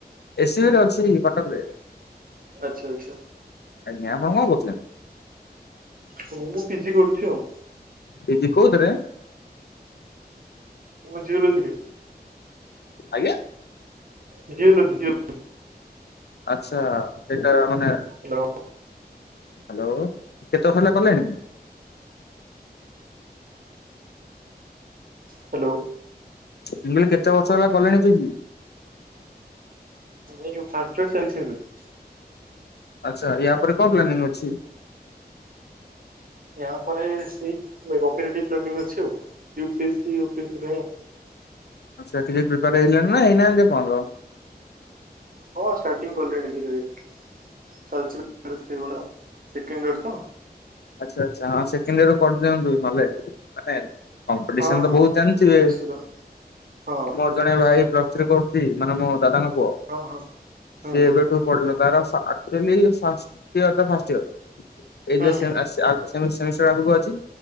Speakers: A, on the left; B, on the right.
A: ଏସ୍ ସି ବି ରେ ଅଛି କଟକ ରେ।
B: ଆଚ୍ଛା ଆଚ୍ଛା।
A: ଆଜ୍ଞା ଆପଣ କଣ କରୁଛନ୍ତି?
B: ହ ମୁଁ ପିଜି କରୁଛି ଆଉ।
A: ପି ଜି କୋଉଥିରେ।
B: ମୁଁ ଜୁଲୋଜି ରେ।
A: ଆଜ୍ଞା।
B: ଜି ଜିଓଲୋଜି ଜିଓ।
A: ଆଛା ଏଟା ମାନେ।
B: ହ୍ୟାଲୋ।
A: ହ୍ୟାଲୋ କେତେ ସ <unintelligible> ଲା କଲେଣି
B: ହ୍ୟାଲୋ।
A: ମୁଁ କହିଲି କେତେ ବର୍ଷ ହେଲା କଲେଣି ତୁ କି
B: <unintelligible>
A: ଆଚ୍ଛା ୟା ପରେ କଣ ପ୍ଲାନିଂ ଅଛି।
B: ଏହାୟ ପରେ ସେଇ <unintelligible> ଅଛି ଆଉ। U P S C U P S C ପାଇଁ ଆଉ।
A: <unintelligible> ପ୍ରିପାର ହେଲେଣି ନା ହେଇନାହାନ୍ତି ଆପଣର।
B: ହଁ ଷ୍ଟାର୍ଟିଂ କଲିଣି ଧୀରେ ଧୀରେ ଚାଲିଛି <unintelligible> ସେଇଭଳିଆ ସେକେଣ୍ଡ ଇଅର୍ ତ।
A: ଆଚ୍ଛା ଆଚ୍ଛା ହଁ ସେକେଣ୍ଡ ଇଅର୍ କରିଦିଅନ୍ତୁ ନହେଲେ ମାନେ କମ୍ପିଟିସନ
B: ହଁ ହଁ
A: ତ ବହୁତ ଜାଣିଥିବେ
B: ନିଶ୍ଚିତ ହଁ
A: ମୋ ଜଣେ ଭାଇ ପ୍ଲସ୍ ଥ୍ରୀ କରୁଛି ମାନେ ମୋ ଦାଦାଙ୍କ ପୁଅ
B: ହଁ ହଁ ହୁଁ
A: ସିଏ ଏବେଠୁ <unintelligible> ତାର ଆକଚୁଆଲି <unintelligible> ଫାର୍ଷ୍ଟ ଇଅର ଏଇ
B: ହୁଁ ହୁଁ
A: ସେ ସେମି ସେମିଷ୍ଟର ଆଗକୁ ଅଛି